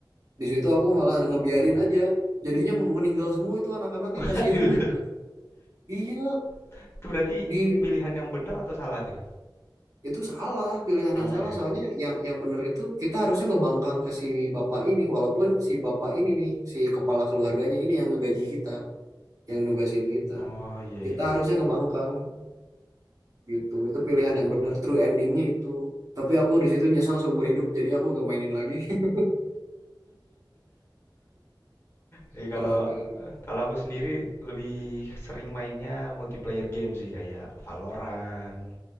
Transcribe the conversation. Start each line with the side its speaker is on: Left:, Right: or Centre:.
Right: di situ aku malah ngebiarin
Left: Iya. iya.
Right: aja jadinya meninggal semua itu anak-anaknya
Left: Waduh.
Right: kasihan <laughs> iya
Left: <laughs> Itu berarti
Right: di
Left: pilihan yang benar atau salah tuh?
Right: Itu salah, pilihan
Left: Salah
Right: yang salah.
Left: ya?
Right: Soalnya yang yang bener itu kita harusnya ngebangkang ke si bapak ini, walaupun si bapak ini nih, si kepala keluarganya ini yang ngegaji kita, yang nugasin kita.
Left: Oh iya iya.
Right: Kita harusnya
Left: iya.
Right: ngebangkang gitu. Itu pilihan
Left: Mm-mm.
Right: yang bener, true endingnya itu. Tapi aku di situ nyesal seumur hidup, jadi aku gak mainin lagi. <laughs>
Left: Jadi
Right: Keren,
Left: kalau
Right: keren.
Left: kalau aku sendiri lebih sering mainnya multiplayer game sih kayak Valorant,